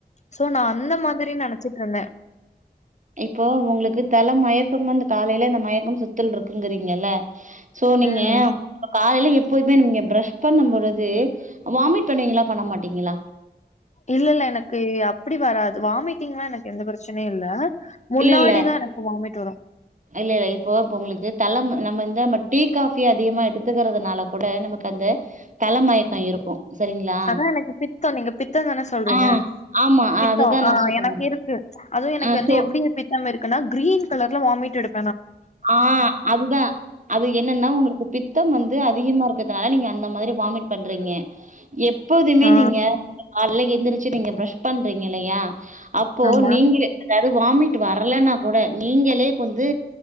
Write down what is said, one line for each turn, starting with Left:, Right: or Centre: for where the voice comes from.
Left: சோ நான் அந்த மாதிரி நைச்சு என்ன
Right: இப்போ உங்களுக்கு தல மயக்கம் அந்த காலயில இந்த மயக்கம் சுத்துல் இருக்குங்கிறீங்கல சோ நீங்க
Left: ம்
Right: காலயில எப் எப்போலுதுமே நீங்க பிரஷ் பண்ணும் போழுது வாமிட் பண்ணுவீங்களா பண்ண மாட்டீங்களா
Left: இல்ல இல்ல எனக்கு அப்டி வராது வாமிட்டிங் எல்லாம் எனக்கு எந்த பிரச்சனையும் இல்ல முன்னாடிதான்
Right: இல்ல இல்ல
Left: எனக்கு வாமிட் துறோம்
Right: இல்ல இல்ல இப்போ உங்களுக்கு தலை நம்ம இந்த நம்ம டீ காஃபி அதிகமா எடுத்துக்குறதுனால கூட நமக்கு அந்த தல மயக்கம் இருக்கும் சரிங்களா
Left: அதான் எனக்கு பித்தம் நீங்க பித்தம் தானே சொல்றீங்க
Right: ஆ ஆமா
Left: பித்தம்
Right: அதுதா
Left: ஆஹ்
Right: நா சொல்ல
Left: எனக்கு
Right: வரே
Left: இருக்கு அதுவும் எனக்கு
Right: ஆ
Left: வந்து
Right: சோ
Left: எப்புடி பித்தம் இருக்கு னா கிரீன் கலர்ல வாமிட்டு எடு
Right: ஆஹ் அதுதான் அது என்னனா உங்களுக்கு பித்தம் வந்து அதிகமா இரு க்குறதுனால நீங்க அந்த மாரி வாமிட் பண்றீங்க எப்போதுமே
Left: ஆ
Right: நீங்க காலயில எட்டு எந்துருச்சி நீங்க ப்ரஷ் பண்றீங்க இல்லயா அப்போ
Left: ஆமா
Right: நீங்களே அதாவது வாமிட் வரலன்னா கூட நீங்களே வந்து